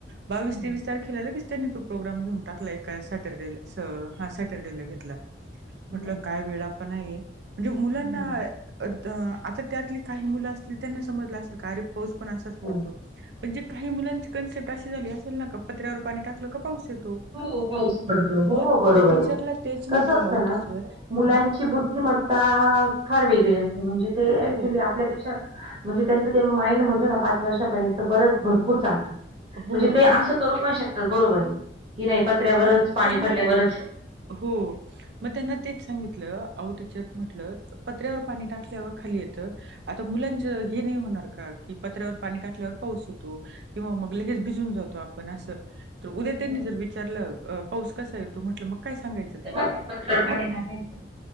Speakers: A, on the right (about 70°); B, on the right (about 30°).
A: बावीस
B: हं,
A: तेवीस तारखेला लगेच त्यांनी तो प्रोग्राम घेऊन टाकला. एका सॅटरडे हा सॅटरडेला घेतला.
B: हं,
A: म्हटलं काय वेडापणा आहे. म्हणजे मुलांना
B: हं.
A: तर आता त्यातले काही मुलं असतील त्यांना समजलं असेल का अरे पाऊस पण असाच
B: हो,
A: पडतो. म्हणजे काही मुलांची कन्सेप्ट अशी झाली असेल ना का पत्र्यावर पाणी टाकलं का पाऊस येतो.
B: हो पाऊस पडतो. हो
A: मग
B: बरोबर
A: त्या टीचरला तेच म्हटलं
B: कसं असतं
A: अहो
B: ना
A: टीचर हम्म.
B: मुलांची बुद्धिमत्ता फार वेगळी असते, म्हणजे ते
A: हो,
B: ऍक्च्युली ‌ आपल्यापेक्षा म्हणजे त्यांचं ते माइंड म्हणतो ना पाच वर्षापर्यंत बरच भरपूर चालतो.
A: हो
B: म्हणजे ते
A: मग
B: असं करू पण शकतात. बरोबर आहे की नाही. पत्र्यावरच
A: मग
B: पाणी
A: त्यांना
B: पडल्यावरच
A: हो मग त्यांना तेच सांगितलं आहो टीचर म्हटलं पत्र्यावर पाणी टाकल्यावर खाली येतं. आता मुलांच हे नाही होणार का? कि पत्र्यावर पाणी टाकल्यावर पाऊस येतो किंवा मग लगेच भिजून जातो आपण असं. तर उद्या त्यांनी
B: हं,
A: जर विचारला पाऊस कसा येतो म्हटलं मग काय सांगायचं.
B: पत्र पाणी
A: मग
B: टाकायचं